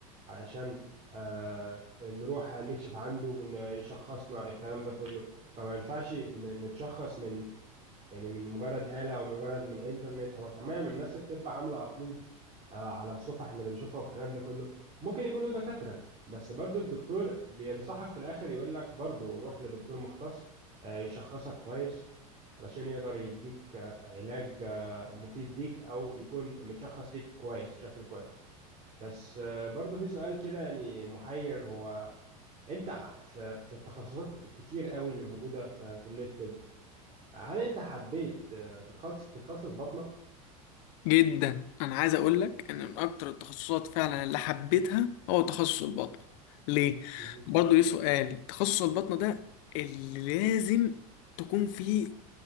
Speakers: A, on the right; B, on the left.
A: علشان آه، نروح نكشف عنده ون- يشخصنا الكلام ده كله فما ينفعش ن- نتشخص من يعني من مجرد آلة او مجرد من انترنت هو تمام الناس بتبقى عاملة ابلود آه، على الصفح اللي بنشوفها والكلام ده كله ممكن يكونوا دكاترة بس برضو الدكتور بينصحك في الاخر يقول لك برضو روح لدكتور مختص آه، يشخصك كويس علشان يقدر يديك آه، علاج آه، مفيد ليك او يكون متشخص ليك كويس بشكل كويس بس آه، برضو في سؤال كده يعني محير هو انت ع- في في التخصصات الكتير قوي اللي موجوده في كليه الطب هل انت حبيت آه، تتخصص تتخصص باطنه
B: جدا انا عايز اقول لك ان من اكتر التخصصات فعلا اللي حبيتها هو تخصص البطن ليه
A: مهم.
B: برضه ليه سؤال تخصص البطن ده اللي لازم تكون فيه